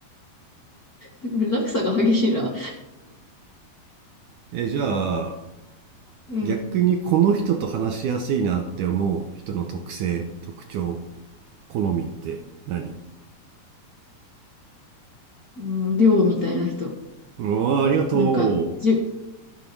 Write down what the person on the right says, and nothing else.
え、じゃあ、
逆にこの人と話しやすいなって思う人の特性、特徴、好みって何
うわあ、ありがと